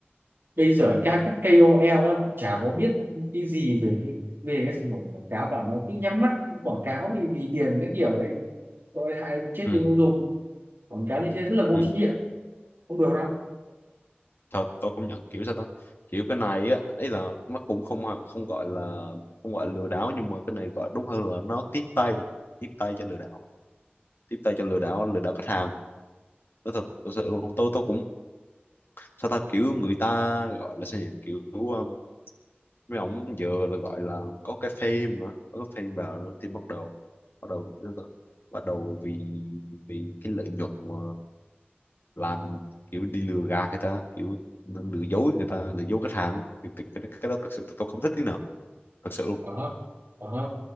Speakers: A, on the right; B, on the left.
A: bây giờ các các KOL đó, chả có biết cái gì về cái về cái sản phẩm của quảng cáo cả mà cứ nhắm mắt quảng cáo vì, vì tiền các kiểu đấy. Tôi hại chết
B: Ừ.
A: người tiêu dùng. Quảng cáo như thế rất là vô
B: Ừ.
A: trách nhiệm, không được đâu.
B: Thật tôi cũng nhận kiểu sao ta kiểu cái này á ấy là nó cũng không không gọi là không gọi là lừa đảo nhưng mà cái này gọi đúng hơn là nó tiếp tay tiếp tay cho lừa đảo tiếp tay cho lừa đảo lừa đảo khách hàng nói thật thật sự luôn tôi tôi cũng sao ta kiểu người ta gọi là sao nhỉ? kiểu um, mấy ông giờ là gọi là có cái fame nữa có cái fame vào nữa thì bắt đầu bắt đầu bắt đầu vì vì cái lợi nhuận mà làm kiểu đi lừa gạt người ta kiểu lừa dối người ta lừa dối khách hàng á. thì cái, cái, cái đó thật sự tôi không thích tí nào thật sự luôn
A: Ờ hả? Ờ hả?